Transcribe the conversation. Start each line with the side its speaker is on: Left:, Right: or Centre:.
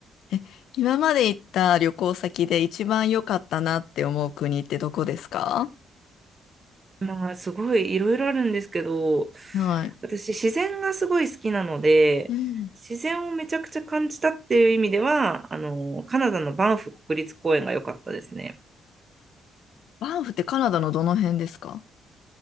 Left: え、今まで行った旅行先で一番良かったなって思う国ってどこですか
Right: まあ、すごいいろいろあるんですけど、
Left: はい。
Right: 私、自然がすごい好きなので、
Left: うん。
Right: 自然をめちゃくちゃ感じたっていう意味では、あの、カナダのバンフ国立公園が良かったですね。
Left: バンフってカナダのどの辺ですか